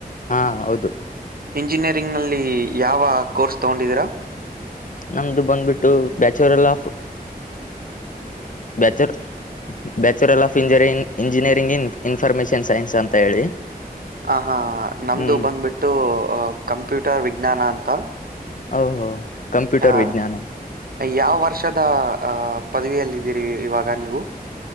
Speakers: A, on the left (about 55°); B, on the right (about 65°).
A: ಹಾ ಹೌದು
B: ಇಂಜಿನಿಯರಿಂಗ್ ನಲ್ಲಿ ಯಾವ ಕೋರ್ಸ್ ತಗೊಂಡಿದೀರಾ
A: ನಮ್ದು ಬಂದ್ಬಿಟ್ಟು bachelor of bachelor bachelor of ಇಂಜ ಇಂಜಿನಿಯರಿಂಗ್ ಇನ್ ಇನ್ಫಾರ್ಮೇಶನ್ ಸೈನ್ಸ್ ಅಂತ ಹೇಳಿ
B: ಆ ಹಾ ನಮ್ದು
A: ಹ್ಮ್
B: ಬಂದ್ಬಿಟ್ಟು ಕಂಪ್ಯೂಟರ್ ವಿಜ್ಞಾನ ಅಂತ
A: ಓಹೋ ಕಂಪ್ಯೂಟರ್
B: ಆ
A: ವಿಜ್ಞಾನ
B: ಯಾವ ವರ್ಷದ ಅ ಪದವಿಯಲ್ಲಿದ್ದೀರಿ ಇವಾಗ ನೀವು